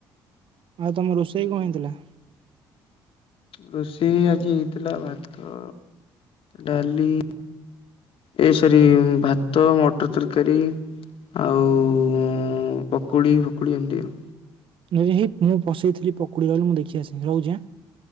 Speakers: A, on the right; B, on the left.
A: ଆଉ ତୋମ ରୋଷେଇ କଣ ହେଇଥିଲା?
B: ରୋଷେଇ ଆଜି ହେଇଥିଲା ଭାତ, ଡାଲି ଏ ସରି ଭାତ, ମଟର ତରକାରୀ ଆଉ ଉ, ପକୁଡ଼ି ଫକୁଡ଼ି ଏମିତି ଆଉ।
A: ମୁଁ ହେଇ ମୁଁ ବସେଇଥିଲି ପକୁଡି ରହିଲୁ ମୁଁ ଦେଖି ଆସେ ରହୁଛି ଆଁ।